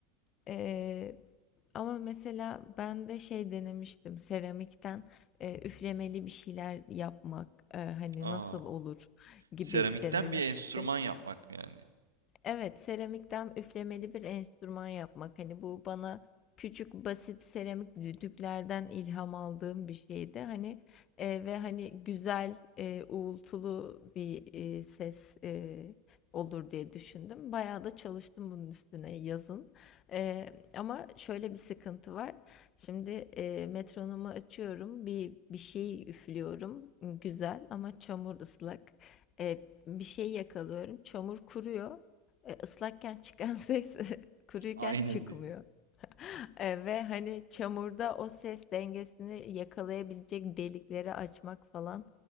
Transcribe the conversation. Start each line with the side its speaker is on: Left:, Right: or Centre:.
Left: Ee, ama mesela ben de şey denemiştim seramikten e, üflemeli bir şeyler yapmak e, hani
Right: Aa.
Left: nasıl olur gibi
Right: Seramikten
Left: denemiştim.
Right: bir enstrüman yapmak yani.
Left: Evet, seramikten üflemeli bir enstrüman yapmak. Hani bu bana küçük basit seramik düdüklerden ilham aldığım bir şeydi. Hani e, ve hani güzel e, uğultulu bir e, ses e, olur diye düşündüm. Bayağı da çalıştım bunun üstüne yazın. E, ama şöyle bir sıkıntı var. Şimdi e, metronomu açıyorum, bir bir şey üflüyorum, güzel ama çamur ıslak. E, bir şey yakalıyorum, çamur kuruyor. E, ıslakken çıkan ses <laughs> kuruyken
Right: Aynen
Left: çıkmıyor.
Right: değil.
Left: <laughs> E, ve hani çamurda o ses dengesini yakalayabilecek delikleri açmak falan